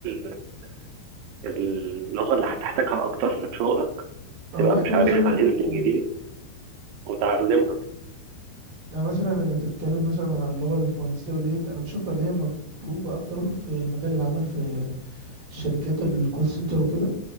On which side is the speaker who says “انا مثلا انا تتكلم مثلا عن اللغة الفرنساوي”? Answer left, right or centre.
Right